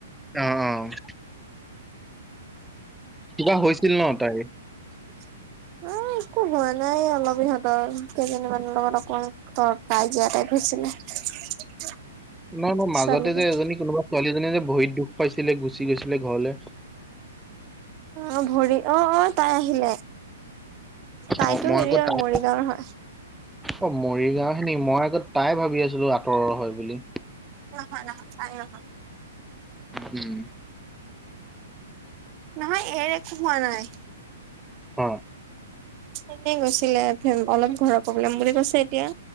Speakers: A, in the centre; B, on the right.
A: অ', অ', কিবা হৈছিল ন তাই
B: <inaudible> অ', একো হোৱা নাই অলপ ইহঁতৰ কেইজনীমানৰ লগত অকণমান তৰ কাজিয়া টাইপ হৈছিলে।
A: নহয়, নহয় মাজতে
B: ছোৱালীজনী
A: যে এজনী কোনোবা ছোৱালীজনী যে ভৰিত দুখ পাইছিলে গুচি গৈছিলে ঘৰলৈ
B: অ', ভৰি অ', অ', তাই আহিলে তাইতো
A: অ', মই
B: হেৰি
A: আকৌ
B: ৰ
A: তাই
B: মৰিগাঁওৰ হয়।
A: অ', মৰিগাঁও হে নেকি মই আকৌ তাই ভাবি আছিলো আঁতৰৰ হয় বুলি।
B: নহয়, নহয় তাই নহয়।
A: উম।
B: নহয় এ একো হোৱা নাই।
A: অ'।
B: এনেই গৈছিলে অলপ ঘৰৰ প্ৰব্লেম বুলি কৈছে এতিয়া।